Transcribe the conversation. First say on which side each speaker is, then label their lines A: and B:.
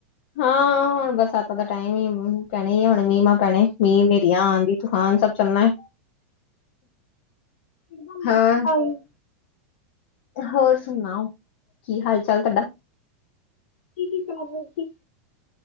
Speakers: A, on the left (about 50°); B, on the left (about 65°).
A: ਹਾਂ। ਹੁਣ ਬਸ ਇਦ ਦਾ ਟਾਈਮ ਹੀ ਪੈਣਾ ਹੀਏ ਹੁਣ ਮੀਂ ਮਾਂ ਪੈਣੇ ਮੀਂਹ ਨੇਰੀਆਂ ਆਂਧੀ ਦੀ ਤੂਫਾਨ ਸਭ ਚੱਲਣਾ-
B: ਇੱਕਦਮ
A: ਹੋਰ,
B: ਗਾਈ-
A: ਹੋਰ ਸੁਣਾਓ ਕੀ ਹਾਲ ਚਾਲ ਤੁਹਾਡਾ-
B: ਕੀ ਕੀ ਸਮ ਸੀ-